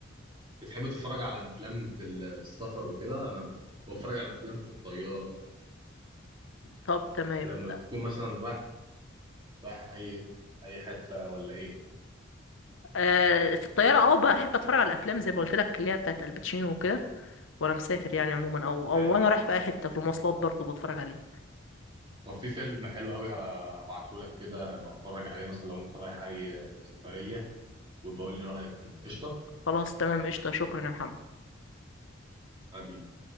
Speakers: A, on the right; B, on the left.
A: بتحب تتفرج على افلام في ال- في السفر وكده انا بتفرج على افلام في الطياره
B: طب تمام
A: لما بتكون مثلا رايح رايح اي اي حته ولا ايه
B: آه في الطياره اه بحب اتفرج على الافلام زي ما قلت لك اللي هي بتاعت الباتشينو وكده وانا مسافر يعني عموما او او
A: حلو
B: وانا رايح في اي حته في المواصلات برضه بتفرج عليه
A: طب في فيلم حلو قوي هبعته لك كده بتفرج عليه مثلا لو انت رايح اي سفريه وبقول لي رايك فيه قشطه
B: خلاص تمام قشطه شكرا يا محمد
A: حبيبي